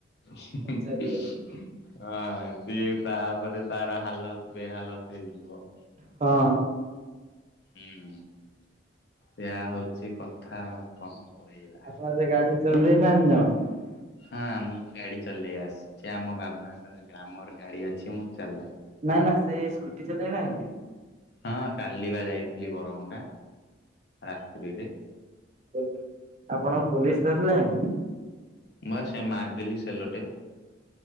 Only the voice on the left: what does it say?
ହୁଁ
ହୁଁ ହଁ ସିଏ ତାପରେ ତାର ହାଲତ ବେହାଲତ ହେଇଯିବ।
ହୁଁ ସେଇଆ ହୋଉଚି କଥା ଆଉ କଣ। କହିବା
ହଁ ଆମକୁ ଗାଡି ଚଲେଇ ଆସିଚି ଆମ ବାବାଙ୍କର ଗ୍ଲାମର ଗାଡି ଅଛି ମୁଁ ଚଲାଏ।
ହଁ କାଲି ପା ଯାଇଥିଲି ବରମୁଣ୍ଡା ରାତ୍ରୀରେ।
ମୁଁ ପା ସେ ମାରିଦେଲି ସେଲୋଟେପ୍।